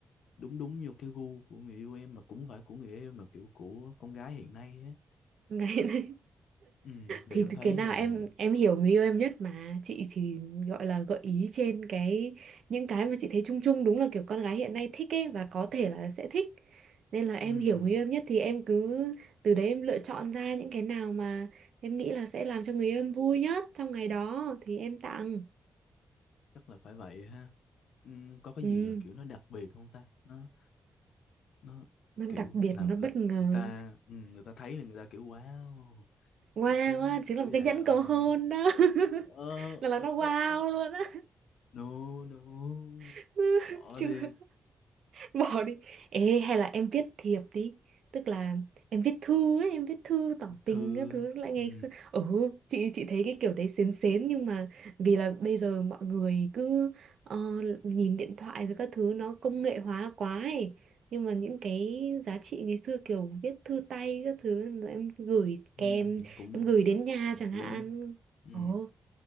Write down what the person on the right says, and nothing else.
ngày <laughs>
thì
cái nào
em em hiểu người yêu em nhất mà chị chỉ gọi là gợi ý trên cái những cái mà chị thấy chung chung đúng là kiểu con gái hiện nay thích ấy và có thể là sẽ thích nên là em
hiểu người yêu em nhất thì em cứ từ đấy em lựa chọn ra những cái nào mà em nghĩ là sẽ làm cho người yêu em vui nhất trong ngày đó thì em tặng
ừ
nó
đặc biệt
nó bất
ngờ
wow
á chính
là một cái
nhẫn
cầu hôn đó <laughs>
là là
nó wow
luôn á
<laughs>
chưa
<laughs> bỏ đi ê hay là em viết thiệp đi tức là em viết thư ấy em viết thư tỏ
tình các thứ lại ngày
xưa ừ chị chị thấy cái kiểu đấy xến xến nhưng mà vì là bây giờ mọi người cứ ờ, nhìn điện thoại rồi các thứ nó công nghệ hóa quá ấy nhưng mà những cái giá trị ngày xưa kiểu viết thư tay các thứ rồi em gửi
kèm
em gửi đến nhà
chẳng hạn
ồ